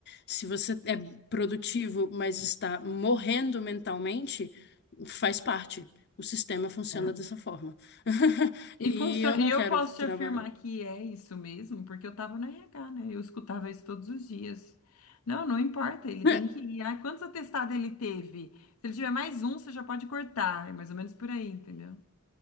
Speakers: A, on the left (about 50°); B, on the left (about 85°).
A: Se você é produtivo, mas está morrendo mentalmente, faz parte. O sistema funciona
B: é.
A: dessa forma. <laughs>
B: E
A: E
B: funciona,
A: eu não
B: e eu
A: quero
B: posso
A: trabalhar.
B: te afirmar que é isso mesmo, porque eu estava no RH, né? Eu escutava isso todos os dias. Não, não importa, ele
A: <laughs>
B: tem que ir. Ah, quantos atestados ele teve? Se ele tiver mais um, você já pode cortar. É mais ou menos por aí, entendeu?